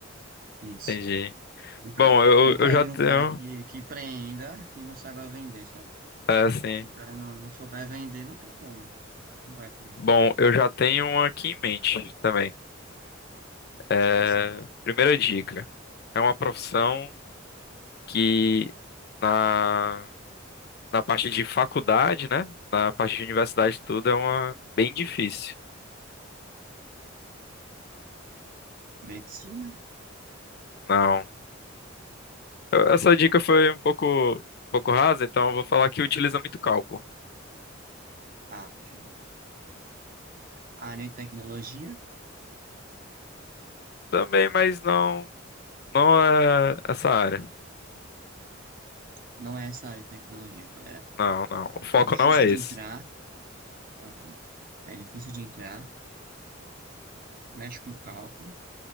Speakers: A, on the right; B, on the left.
A: isso.
B: Entendi.
A: Nunca,
B: Bom, eu,
A: nunca
B: eu já
A: vi
B: tenho.
A: um cara que, que empreenda que não saiba vender, sabe?
B: É assim.
A: Se o cara não, não souber vender, não tem como. Não vai fluir.
B: Bom, eu já tenho uma aqui em mente também. É,
A: Pode começar.
B: primeira dica. É uma profissão que. Na na parte de faculdade, né? Na parte de universidade, tudo é uma bem difícil.
A: Medicina?
B: Não. Eu- Essa dica foi um pouco, um pouco rasa, então eu vou falar que utiliza muito cálculo.
A: Ah, China. Área de tecnologia?
B: Também, mas não, não é essa área.
A: Não é essa área de tecnologia. pô. É,
B: Não, não. O foco
A: é difícil
B: não é
A: de
B: esse.
A: entrar. Ok. É difícil de entrar. Mexe com cálculo.